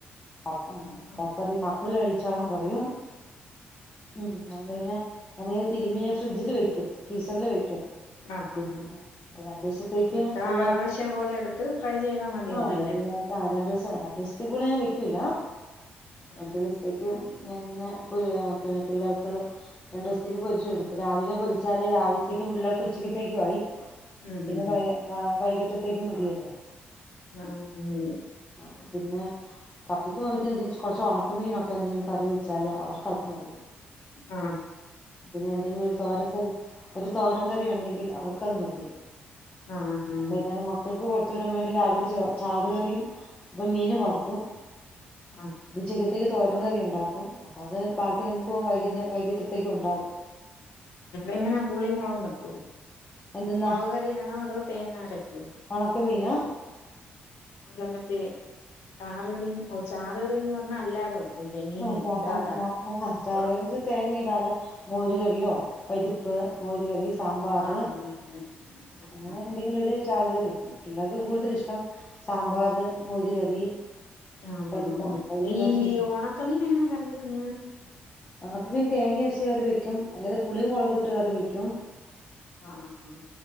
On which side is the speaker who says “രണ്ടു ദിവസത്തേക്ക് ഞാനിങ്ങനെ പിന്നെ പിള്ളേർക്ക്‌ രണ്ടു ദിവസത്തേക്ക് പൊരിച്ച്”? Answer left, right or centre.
Left